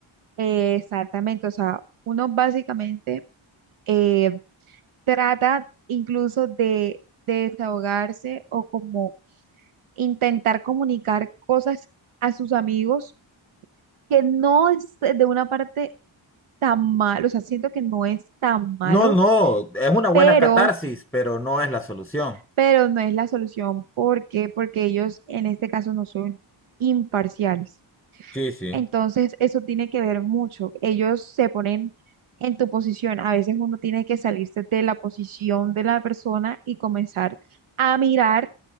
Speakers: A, on the right (about 85°); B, in the centre.
A: Eh, exactamente, o sea, uno básicamente eh, trata incluso de, de desahogarse o como intentar comunicar cosas a sus amigos que no es de una parte tan malo, o sea, siento que no es tan malo,
B: No, no, es una buena
A: pero,
B: catarsis, pero no es la solución.
A: pero no es la solución. ¿Por qué? Porque ellos en este caso no son imparciales.
B: Sí, sí.
A: Entonces, eso tiene que ver mucho. Ellos se ponen en tu posición. A veces uno tiene que salirse de la posición de la persona y comenzar a mirar